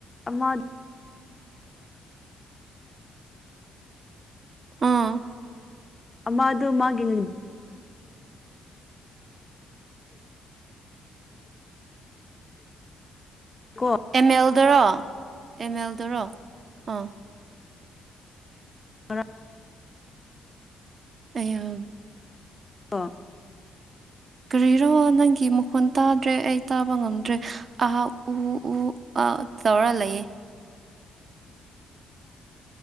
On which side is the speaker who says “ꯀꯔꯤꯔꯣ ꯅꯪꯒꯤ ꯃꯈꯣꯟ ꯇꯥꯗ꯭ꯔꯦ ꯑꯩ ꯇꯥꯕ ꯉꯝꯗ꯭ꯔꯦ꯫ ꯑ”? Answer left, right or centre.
Right